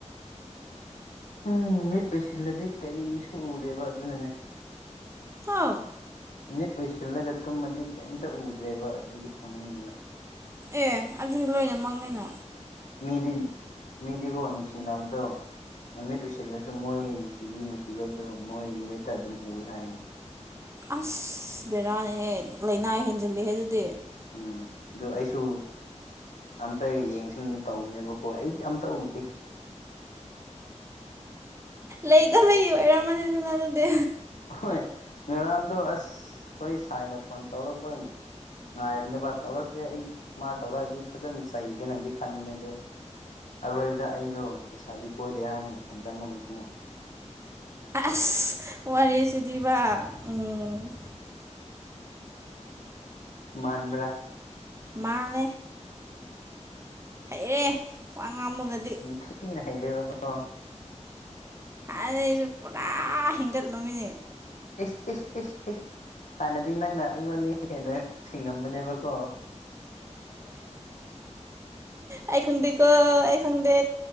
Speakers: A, on the left (about 85°); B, on the right (about 20°).
A: ꯎꯝ ꯃꯤꯠ ꯑꯣꯏꯁꯤꯜꯂꯗꯤ ꯀꯔꯤꯁꯨ ꯎꯗꯦꯕ ꯑꯗꯨꯅꯅꯦ
B: ꯍꯥꯎ
A: ꯃꯤꯠ ꯑꯣꯏꯁꯤꯜꯂꯒ ꯇꯨꯝꯃꯗꯤ ꯀꯩꯝꯇ ꯎꯗ꯭ꯔꯦꯕ ꯑꯗꯨꯒꯤ ꯁꯥꯎꯅꯤꯡꯉꯤꯕ
B: ꯑꯦ ꯑꯗꯨꯗꯤ ꯂꯣꯏꯅꯃꯛꯅꯤꯅ
A: ꯃꯤꯗꯤ ꯃꯤꯗꯤ ꯀ ꯑꯁꯤ ꯅꯨꯡ ꯆꯤꯡꯅꯕꯗꯣ ꯃꯃꯤꯠ ꯎꯁꯤꯜꯂꯁꯨ ꯃꯣꯏ ꯅꯨꯡꯁꯤꯕꯤ ꯅꯨꯡꯁꯤ ꯀꯤꯕꯔꯗꯣ ꯃꯣꯏ ꯃꯃꯤꯠꯇ ꯑꯗꯨꯝ ꯎꯏ ꯍꯥꯏꯌꯦ
B: ꯑꯁ ꯕꯦꯔꯥꯅꯦꯍꯦ ꯂꯥꯏꯅꯥ ꯍꯦꯟꯖꯤꯜꯂꯍꯦ ꯑꯗꯨꯗꯤ
A: ꯎꯝ ꯑꯗꯨ ꯑꯩꯁꯨ ꯑꯝꯇ ꯌꯦꯡꯁꯤꯕꯅꯤ ꯇꯧꯕꯅꯦꯕꯀꯣ ꯑꯩꯗꯤ ꯑꯝꯇ ꯎꯗꯦ
B: ꯂꯩꯗ ꯍꯩꯒꯤ ꯑꯣꯏꯔꯝꯃꯅꯤꯗꯅ ꯑꯗꯨꯗꯤ
A: ꯍꯣꯏ ꯉꯔꯥꯡꯗꯣ ꯑꯁ ꯑꯩꯈꯣꯏ ꯁꯥꯏꯅ ꯐꯣꯟ ꯇꯧꯔꯛꯄ ꯉꯥꯏꯕꯅꯦꯕ ꯇꯧꯔꯛꯇ꯭ꯔꯦ ꯑꯩ ꯃꯥ ꯇꯧꯔꯛꯑꯗꯤ ꯐꯖꯅ ꯆꯩꯒꯦꯅꯗꯤ ꯈꯟꯕꯅꯦ ꯑꯗꯨꯣ ꯑꯔꯣꯏꯕꯗ ꯑꯩꯗꯣ ꯂꯩꯁꯥꯕꯤ ꯀꯣꯏꯗꯦ ꯍꯥꯏꯅ ꯏꯊꯟꯇ ꯑꯃꯨꯛ ꯅꯤꯡꯁꯤꯡꯉꯛꯨ
B: ꯑꯁ ꯋꯥꯔꯤꯁꯤꯗꯤꯕ ꯎꯝ
A: ꯃꯥꯟꯕ꯭ꯔꯥ
B: ꯃꯥꯂꯦ ꯍꯩꯑꯦ ꯋꯥ ꯉꯥꯝꯃꯒꯗꯤ
A: ꯌꯥꯝ ꯊꯤꯅ ꯍꯩꯔꯦꯕꯀꯣ
B: ꯑ ꯑꯩꯁꯨ ꯄꯨꯔꯥ ꯍꯦꯟꯒꯠꯂꯝꯨꯃꯤꯅꯦ
A: ꯏꯁ ꯏꯁ ꯏꯁ ꯏꯁ ꯍꯥꯟꯅꯗꯤ ꯅꯪꯅ ꯑꯩꯉꯣꯟꯗꯒꯤ ꯍꯦꯟꯅ ꯁꯤꯡꯉꯝꯕꯅꯦꯕꯀꯣ
B: ꯑꯩ ꯈꯪꯗꯦꯀꯣ ꯑꯩ ꯈꯪꯗꯦ